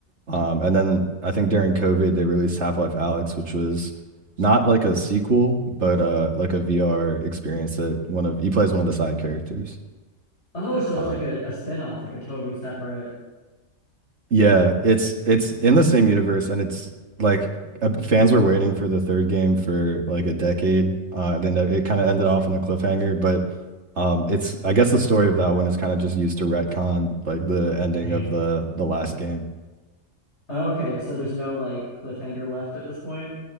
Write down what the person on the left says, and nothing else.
Oh, so it's
like a, a spin-off, like a totally separate.
Mhm.
Okay, so there's no like cliffhanger left at this point.